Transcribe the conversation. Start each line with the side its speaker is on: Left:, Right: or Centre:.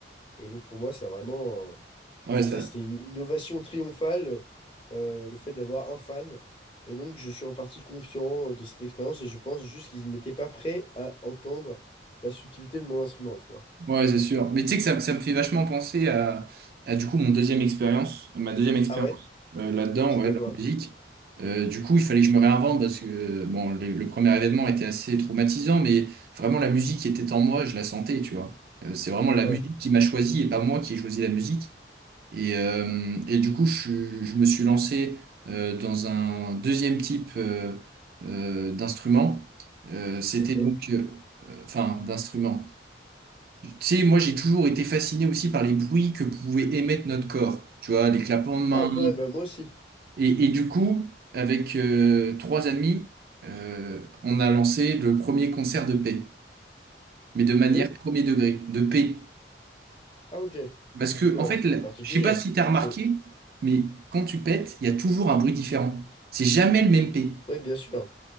Left: Et donc, pour moi, ça a vraiment. euh, Enfin,
Right: Ouais,
Left: je
Right: ça.
Left: veux dire, c'était une, une ovation triomphale, euh, le fait d'avoir un fan. Et donc, je suis reparti confiant euh, de cette expérience et je pense juste qu'ils n'étaient pas prêts à entendre la subtilité de mon instrument, tu vois.
Right: Ouais, c'est sûr. Mais tu sais que ça, ça me fait vachement penser à, à du coup mon deuxième expérience, ma deuxième expérience
Left: Ah ouais?
Right: euh, là-dedans,
Left: C'était
Right: ouais, dans
Left: quoi?
Right: la musique. Euh, du coup, il fallait que je me réinvente parce que bon, les- le premier événement était assez traumatisant, mais vraiment la musique qui était en moi, je la sentais, tu vois. Euh, c'est vraiment la
Left: Ouais,
Right: musique qui m'a choisi et pas moi qui ai choisi la musique. Et, euh, et du coup, je, suis- je me suis lancé euh, dans un deuxième type euh, euh, d'instrument. Euh, c'était
Left: ok.
Right: donc, euh, enfin, d'instrument. Tu sais, moi j'ai toujours été fasciné aussi par les bruits que pouvait émettre notre corps, tu vois, les clapements de mains.
Left: Ah, purée, bah moi aussi.
Right: Et, et du coup, avec euh, trois amis, euh, on a lancé le premier concert de paix, mais de manière
Left: Deux?
Right: premier degré, de paix.
Left: Ah ok,
Right: Parce que,
Left: Ouais,
Right: en fait,
Left: c'est
Right: là,
Left: particulier.
Right: je sais pas si tu as remarqué,
Left: Faut...
Right: mais quand tu pètes, il y a toujours un bruit différent. C'est jamais le même paix.
Left: Ouais, bien sûr.